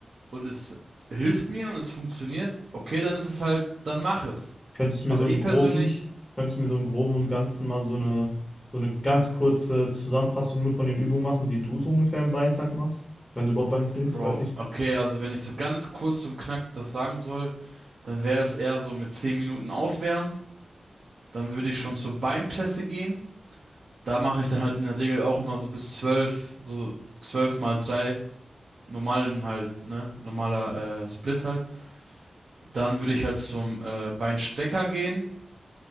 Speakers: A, on the right; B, on the left.
A: und es hilft mir und es funktioniert, okay, dann ist es halt, dann mach es.
B: Könntest du
A: Aber
B: mir so im
A: ich persönlich,
B: Groben, könntest du mir so im Groben und Ganzen mal so eine, so eine ganz kurze Zusammenfassung nur von den Übungen machen, die du so ungefähr im Beintag machst, wenn du überhaupt Bein drehst?
A: Bro,
B: Ich weiß nicht,
A: okay, also wenn ich so ganz kurz und knack das sagen soll, dann wäre es eher so mit 10 Minuten aufwärmen, dann würde ich schon zur Beinpresse gehen. Da mache ich dann halt in der Regel auch immer so bis 12 so 12 mal 3 normalen halt, ne? Normaler äh, Split halt. Dann würde ich halt zum äh, Beinstrecker gehen.